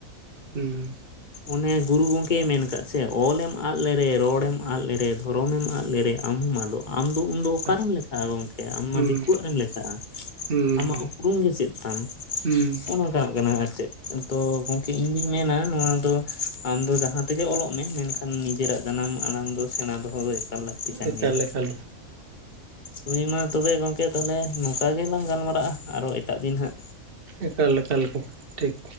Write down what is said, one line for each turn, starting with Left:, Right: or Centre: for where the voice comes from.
Right: ᱦᱩᱸ᱾
Left: ᱚᱱᱮ ᱜᱩᱨᱩ ᱜᱚᱝᱠᱮ ᱢᱮᱱ ᱠᱟᱫ ᱪᱷᱮ, ᱚᱞᱮᱢ ᱟᱫ ᱞᱮᱨᱮ, ᱨᱚᱲᱮᱢ ᱟᱫ ᱞᱮᱨᱮ, ᱫᱷᱚᱨᱚᱢᱮᱢ ᱟᱫ ᱞᱮᱨᱮ, ᱟᱢ ᱦᱚᱢ ᱟᱫᱚᱜ-ᱟ᱾ ᱟᱢ ᱫᱚ ᱩᱱᱫᱚ
Right: ᱮᱠᱟᱞ
Left: ᱚᱠᱟᱨᱮᱢ ᱞᱮᱠᱷᱟᱜᱼᱟ ᱜᱚᱝᱠᱮ ᱟᱢ ᱢᱟ
Right: ᱦᱩᱸ
Left: ᱫᱤᱠᱩᱣᱟᱜ ᱨᱮᱢ ᱞᱮᱠᱷᱟᱜᱼᱟ᱾
Right: ᱦᱩᱸ
Left: ᱟᱢᱟᱜ ᱩᱯᱨᱩᱢ ᱜᱮ ᱪᱮᱫ ᱛᱟᱢ᱾ <inaudible>
Right: ᱦᱩᱸ
Left: ᱦᱮᱣᱟᱜ ᱠᱟᱱᱟ ᱟᱨ ᱪᱮᱫ, ᱛᱚ ᱜᱚᱝᱠᱮ ᱤᱧ ᱫᱩᱧ ᱢᱮᱱᱟ ᱱᱚᱣᱟ ᱛᱚ, ᱟᱢ ᱫᱚ ᱡᱟᱦᱟᱸ ᱛᱮᱜᱮ ᱚᱞᱚᱜ ᱢᱮ ᱢᱮᱱᱠᱷᱟᱱ ᱱᱤᱡᱮᱨᱟᱜ ᱡᱟᱱᱟᱢ ᱟᱲᱟᱝ ᱫᱚ ᱥᱮᱬᱟ ᱫᱚᱦᱚ ᱫᱚ ᱮᱠ ᱠᱟᱞ ᱞᱟᱹᱠᱛᱤ ᱠᱟᱱ
Right: ᱮᱠᱟᱞ
Left: ᱜᱮᱭᱟ᱾
Right: ᱮᱠᱟᱞ
Left: ᱦᱳᱭ ᱢᱟ ᱛᱚᱵᱮ ᱜᱚᱝᱠᱮ ᱛᱟᱦᱞᱮ ᱱᱚᱝᱠᱟ ᱜᱮᱞᱟᱝ ᱜᱟᱞᱢᱟᱨᱟᱜᱼᱟ, ᱟᱨᱚ ᱮᱴᱟᱜ ᱫᱤᱱ ᱦᱟᱸᱜ
Right: ᱮᱠᱟᱞ ᱮᱠᱟᱞ <inaudible> ᱴᱷᱤᱠ᱾